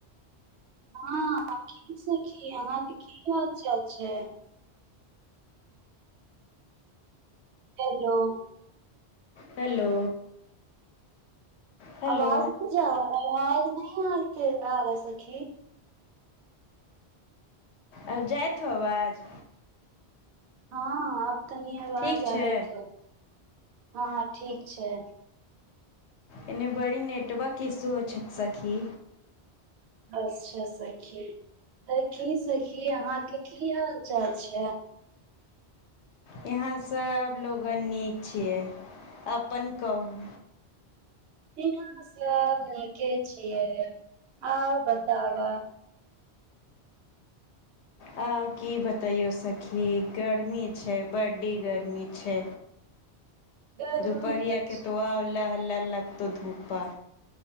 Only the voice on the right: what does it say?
हँ की सखी अहाँके की हाल चाल छै हेलो
आवाजत जा आवाज नहि आते आर सखी
हँ हँ तनी आवाज
आयत छो हँ ठीक छै
अच्छा सखी त की सखी अहाँके की हाल चाल छै
इहाँ सब नीके छियै आउ बताब
गर्मी
तऽ